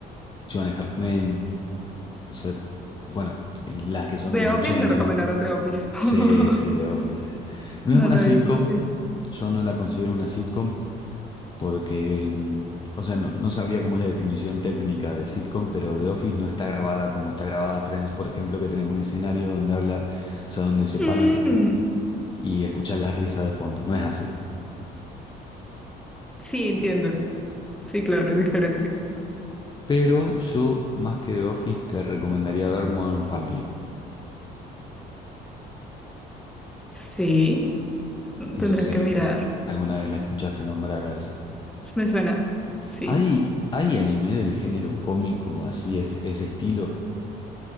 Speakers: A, on the left; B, in the centre.
A: Two and a Half Men, o sea, t- bueno, las que son
B: The
A: de los
B: Office
A: 80,
B: me recomendaron
A: ¿no?
B: The Office. <laughs>
A: Sí, sí, The Office. eh. No
B: No
A: es una
B: lo
A: sitcom,
B: hizo, sí.
A: yo no la considero una sitcom porque, mm, o sea, no, no sabría cómo es la definición técnica de sitcom, pero The Office no está grabada como está grabada Friends, por ejemplo, que tenés un escenario donde habla, o sea, donde se
B: Mm,
A: paran y escuchás la risa de fondo, no es así.
B: sí, entiendo. Sí, claro, es diferente.
A: Pero yo, más que The Office, te recomendaría ver Modern Family.
B: Sí,
A: No
B: tendrá
A: sé si
B: que mirar.
A: alguna vez la escuchaste nombrar a esa.
B: Me suena. Sí.
A: ¿Hay, hay anime del género cómico así, es- ese estilo?